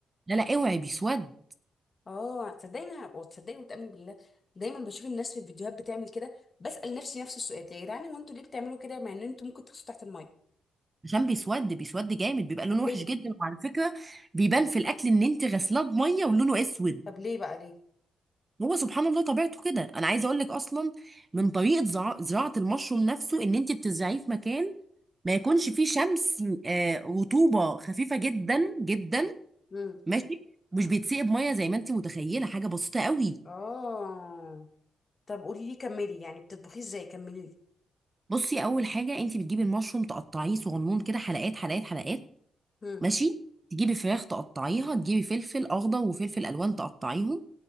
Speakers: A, on the right; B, on the left.
A: لا لا اوعي بيسود
B: اه تصدقيني وتصدقي وتامني بالله دايما بشوف الناس في الفيديوهات بتعمل كده بسال نفسي نفس السؤال يا جدعان هو انتوا ليه بتعملوا كده مع ان انتوا ممكن تغسلوا تحت الميه
A: عشان بيسود بيسود جامد بيبقى لونه
B: طب ليه
A: وحش جدا وعلى فكره بيبان في الاكل ان انت غسلاه بميه ولونه اسود
B: طب ليه بقى ليه
A: هو سبحان الله طبيعته كده انا عايزه اقول لك اصلا من طريقه زع- زراعه المشروم نفسه ان انت بتزرعيه في مكان ما يكونش
B: امم
A: فيه شمس آه، رطوبه خفيفه جدا جدا
B: امم
A: ماشي مش بيتسقي بميه زي ما انت متخيله حاجه بسيطه قوي
B: اه طب قولي لي كملي يعني بتطبخيه ازاي كملي لي
A: بصي اول حاجه انت بتجيبي المشروم تقطعيه صغنون كده حلقات حلقات حلقات
B: هم
A: ماشي تجيبي فراخ تقطعيها تجيبي فلفل اخضر وفلفل الوان تقطعيهم